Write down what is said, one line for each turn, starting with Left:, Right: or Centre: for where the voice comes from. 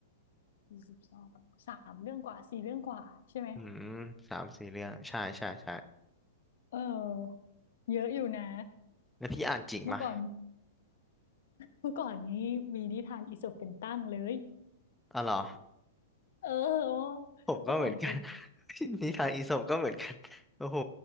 Left: สิบสองสามเรื่องกว่าสี่เรื่องกว่าใช่ไหม
Centre: อืมสามสี่เรื่องใช่ใช่ใช่
Left: เออเยอะอยู่นะ
Centre: แล้วพี่อ่านจริงปะ
Left: เมื่อก่อนเมื่อก่อนนี้มีนิทานอีสปเป็นตั้งเลย
Centre: อ๋อเหรอ
Left: เออเมื่อก่อนคือ
Centre: ผมก็เหมือนกัน <laughs> นิทานอีสปก็เหมือนกันโอ้โห